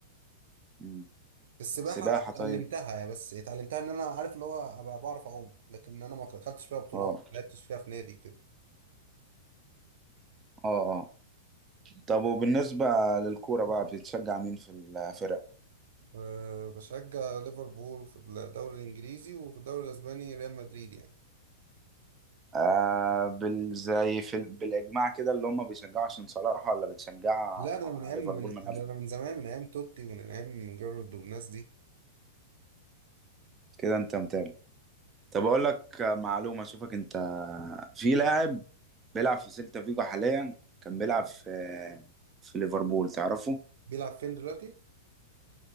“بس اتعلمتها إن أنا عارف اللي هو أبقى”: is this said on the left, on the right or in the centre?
Right